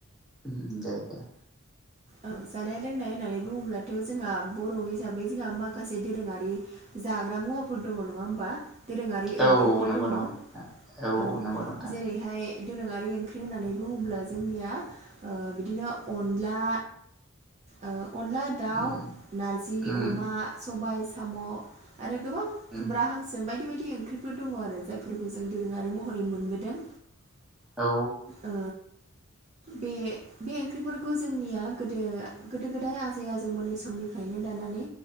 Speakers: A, in the centre; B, on the right (about 30°).
A: ओम ओम दे दे।
B: औ जानाय लोंनाय होननानै बुङोब्लाथ' जोंहा बर' हिसाबै जोंहा माखासे दोरोङारि जाग्रा मुवाफोर दङ नङा होमबा? दोरोङारि ओंख्रिफोर
A: औ नंगौ
B: दङ
A: नंगौ
B: औ
A: औ नंगौ नोंथां
B: जेरै हाय दोरोङारि ओंख्रि होननानै बुङोब्ला जोंनिया ओ बिदिनो अनला ओ अनला दाउ,
A: उम
B: नारजि
A: उम
B: अमा, सबाय साम' आरो गोबां
A: उम
B: खुमब्रा हांसो बायदि बायदि ओंख्रिफोर दङ आरो जायफोरखौ जों दोरोङारि महरै मोनबोदों।
A: <inaudible> औ
B: ओ बे बे ओंख्रिफोरखौ जोंनिया गोदो गोदो गोदाय आजै आजौ मोननि समनिफ्रायनो लानानै